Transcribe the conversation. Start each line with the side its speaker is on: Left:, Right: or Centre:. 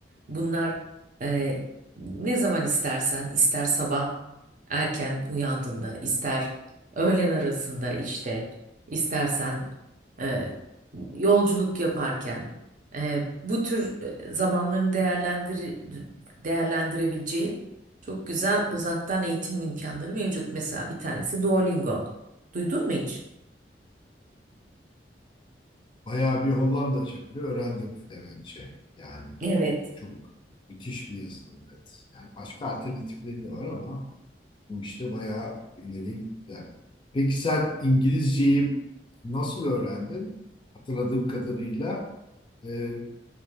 Right: Bunlar e, ne zaman istersen, ister sabah erken uyandığında, ister öğlen arasında işte, istersen e, yolculuk yaparken e, bu tür e, zamanlarını değerlendir değerlendirebileceği çok güzel uzaktan eğitim imkanları mevcut. Mesela bir tanesi Duolingo. Duydun mu hiç?
Left: Bayağı bir Hollanda şekli öğrendim Flemençe. Yani
Right: Evet.
Left: çok çok müthiş bir yazılım. Evet. Yani başka alternatifleri de var ama bu işte bayağı ileri gittiler. Peki sen İngilizceyi nasıl öğrendin? Hatırladığım kadarıyla e,